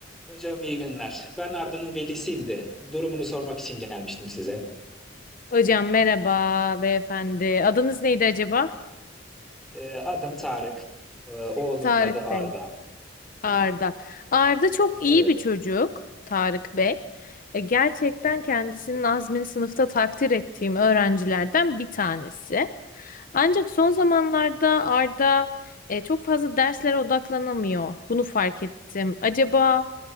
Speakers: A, in the centre; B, on the left (about 45°).
A: Hocam iyi günler. Ben Arda'nın velisiyim de durumunu sormak için gelmiştim size.
B: Hocam merhaba beyefendi. Adınız neydi acaba?
A: Ee, adım Tarık. Ee, oğlumun
B: Tarık
A: adı Arda.
B: Bey. Arda. Arda çok
A: Evet.
B: iyi bir çocuk. Tarık Bey. E, gerçekten
A: evet.
B: kendisinin azmini sınıfta takdir ettiğim öğrencilerden bir tanesi. Ancak son zamanlarda Arda e, çok fazla derslere odaklanamıyor. Bunu fark ettim. Acaba